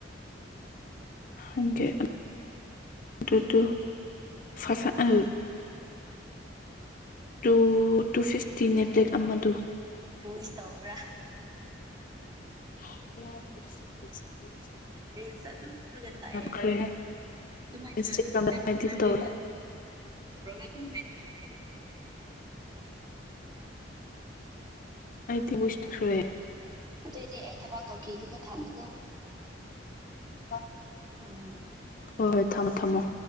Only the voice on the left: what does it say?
ꯍꯦ ꯑꯗꯨ ꯑꯗꯨ ꯇ ꯐꯁ ꯑ ꯇꯨ ꯇꯨ ꯐꯤꯐꯇꯤ ꯅꯦꯠꯂꯦꯛ ꯑꯃꯗꯨ
ꯎꯝ
ꯈ꯭ꯔꯦ
ꯏꯟꯁꯇꯥꯒ꯭ꯔꯥꯝꯗ ꯑꯩꯗꯤ
ꯇꯧꯋꯦ
ꯑꯇꯁ ꯁꯨꯔꯦ
ꯑ
ꯍꯣꯏ ꯍꯣꯏ ꯊꯝꯃꯣ ꯊꯝꯃꯣ